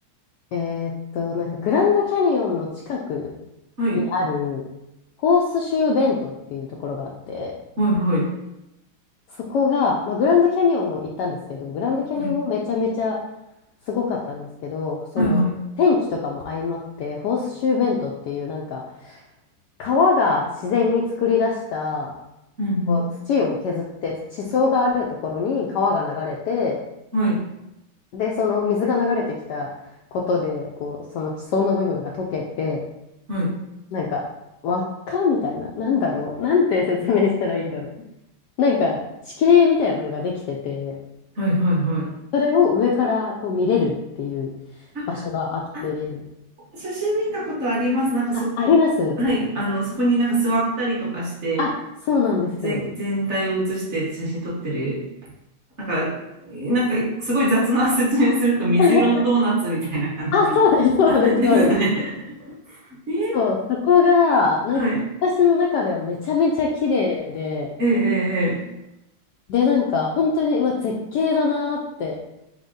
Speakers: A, on the left (about 90°); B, on the right (about 40°).
A: えーっと、なんか、グランドキャニオンの近く
B: はい、
A: にある、ホースシューベントっていうところがあって、
B: はい、はい、
A: そこが、まあ、グランドキャニオンも行ったんですけど、グランドキャニオンもめちゃめちゃ
B: はい、
A: すごかったんですけど、その、
B: はい、はい、
A: 天気とかも相まって、ホースシューベントっていうなんか、川が自然に作り出した
B: うん、
A: こう土を削って地層があるところに川が流れて
B: うん、はい、
A: でその水が流れてきたことでこうその地層の部分が溶けて
B: はい、
A: なんか輪っかみたいななんだろうなんて説明したらいいんだろうなんか地形みたいなのができてて
B: はい、はい、はい。
A: それを上からこう見れるっていう
B: あ、
A: 場所があって
B: あ写真見たことあります。なんかそ、
A: あ、あります
B: はい、あの、そこになんか座ったりとかして、
A: あ、そうなんですよ。
B: ぜ、全体を写して写真撮ってる。なんか、なんかすごい雑な説明すると水色のドーナツみたいな感じの
A: <laughs> あ、そうです、そうです、
B: <laughs> ですよね。
A: そうです。
B: <laughs> え
A: そう、そこが、なんか私の中ではめちゃめちゃ綺麗で、
B: えはい、えええええ
A: で、なんか本当に、うわ、絶景だなーって